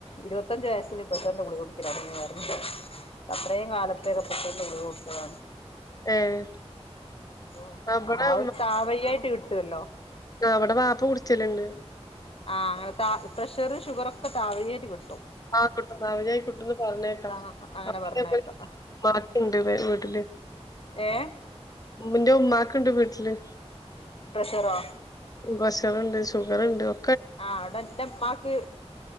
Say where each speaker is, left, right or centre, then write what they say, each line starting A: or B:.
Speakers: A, on the left (about 60°); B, on the left (about 35°).
A: ഇരുപത്തഞ്ച് വയസ്സിലിപ്പ തന്നെ ഗുളിക കുടിക്ക്യല <unintelligible> പറഞ്ഞു അത്രേം കാല ത്തെക്ക പ്രെഷർന്റെ ഗുളിക കൊടുത്തതാണ്.
B: ഏഹ്
A: ആഹ് അപ്പോ
B: അവിടെ
A: ആ ഒരു താവയ്യായ്ട്ട് കിട്ട്വല്ലോ.
B: ആഹ് വടെ വാപ്പ കുട്ച്ചല്ണ്ട്.
A: ആഹ് അങ്ങന താ പ്രഷറ് ഷുഗറൊക്ക താവയ്യായ്റ്റ് കി
B: ആഹ് കിട്ടും താവജ്ജായ് കിട്ടുന്ന് പറിണേക്ക
A: ആ അങ്ങനെ
B: മാക്കിങ്ങപ്പ
A: പറഞ്ഞേക്കാം
B: മാക്കിണ്ട് വീ വീട്ടില്.
A: ഏഹ്.
B: മ്മന്റെ ഉമ്മാക്ക്ണ്ട് വീട്ടില്.
A: പ്രഷറോ.
B: പ്രഷറ്ണ്ട് ഷുഗറ്ണ്ട് ഒ
A: ആഹ് അവ്ടെ ന്റെമ്മാക്ക്.